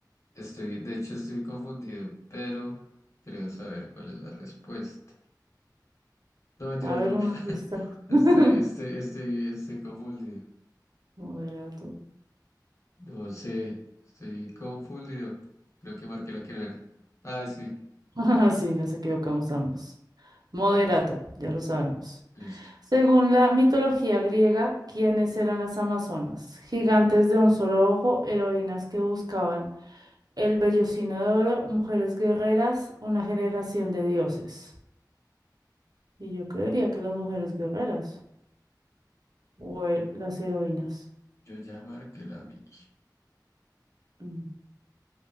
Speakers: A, on the left; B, on the right.
A: Estoy, de hecho, estoy confundido, pero creo saber cuál es la respuesta. No, mentiras,
B: A ver
A: no.
B: una pista.
A: <laughs> Estoy,
B: <laughs>
A: estoy, estoy, estoy confundido.
B: Moderato.
A: No sé, estoy confundido. Creo que marqué la que no era. Ah, sí,
B: <laughs> Ah, sí, nos equivocamos ambos. Moderato, ya lo sabemos.
A: listo.
B: Según la mitología griega, ¿quiénes eran las amazonas? Gigantes de un solo ojo, heroínas que buscaban el vellocino de oro, mujeres guerreras, una generación de dioses. Y yo creería que las mujeres guerreras o he- las heroínas.
A: Yo ya marqué la mía.
B: Mm,